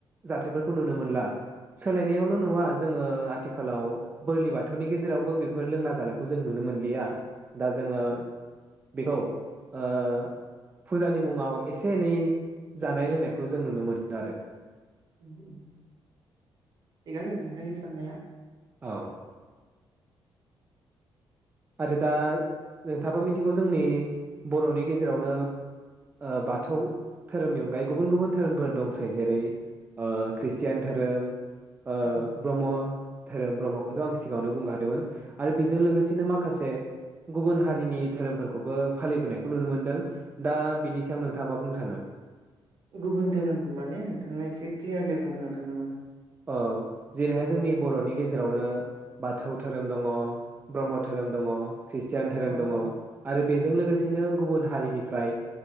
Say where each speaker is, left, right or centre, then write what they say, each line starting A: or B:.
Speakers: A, on the right; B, on the right.
A: जाथायफोरखौ नुनो मोनला । सोलायनायावल'
B: औ
A: नुवा जोङो आथिखालाव बोरलि बाथौनि गेजेरावबो बेफोर लोंला जाानायखौ जों नुनो मोनलिया । दा जोङो
B: औ
A: बेखौ ओ फुजानि मुङाव एसे एनै जानाय लोंनायखौ जों नुनो मोनो आरो ।
B: उम्म उम्म थिगानो नोंथांनि साननाया ।
A: औ आरो दा नोंथांङाबो मिथिगौ जोंनि बर'नि गेजेरावनो ओ बाथौ धोरोमनि अनगायै गुबुन गुबुन धोरोमफोर दंसै जेरै ओ ख्रिषटियान धोरोम ओ
B: औ
A: ब्रह्म धोरोम ब्रह्मखौथ' सिगाङावनो बुंखा दोंमोन । आरो बेजों
B: औ
A: लोगोसे माखासे गुबुन हारिनि धोरोमफोरखौबो फालिबोनायखौ नुनो मोनदों दा बिनि सायाव नोंथाङा मा बुंनो सानो?
B: गुबुन धोरोम माने नोंथाङा एसे क्लियारलि बुंनो हागोन नामा?
A: औ जेरैहाय जोंनि बर'नि गेजेरावनो बाथौ धोरोम दङ ब्रह्म धोरोम दङ । ख्रिष्टियान धोरोम
B: अ
A: दङ
B: अ
A: आरो बेजों लोगोसेनो गुबुन हारिनिफ्राय